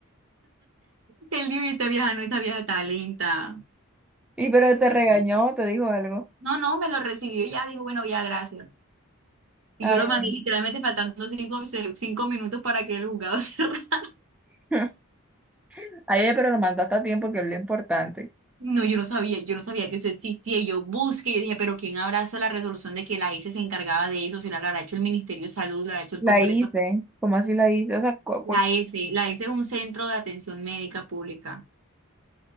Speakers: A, on the right; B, in the centre.
A: Él dijo, y esta vieja no, esta vieja está lenta.
B: Y pero te
A: perdón.
B: regañó, te dijo algo.
A: No, no, me lo recibió y ya, dijo, bueno, ya, gracias. Y
B: Ay,
A: yo lo mandé literalmente faltando cinco, se- cinco minutos para que el juzgado <laughs> cerrara.
B: <laughs> ayer, pero lo mandaste a tiempo, que es lo importante.
A: No, yo no sabía, yo no sabía que eso existía. Y yo busqué, yo dije, pero ¿quién habrá hecho la resolución de que la S se encargaba de eso? ¿Si la habrá hecho el Ministerio de Salud, la habrá hecho el
B: La
A: Congreso?
B: hice. ¿Cómo así la hice? O sea, cu- cu-
A: La S, la S es un centro de atención médica pública,